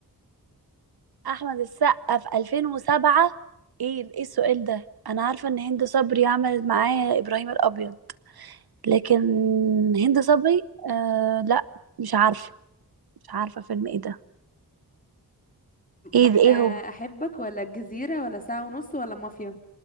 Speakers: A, on the right; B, on the left.
A: أحمد السقا في 2007 إيه إيه السؤال ده أنا عارفة إن هند صبري عملت معاه إبراهيم الأبيض لكن هند صبري آه لا مش عارفة مش عارفة فيلم إيه ده إيه
B: أح-
A: ده إيه
B: آه،
A: هو
B: احبك ولا الجزيرة ولا ساعة ونص ولا مافيا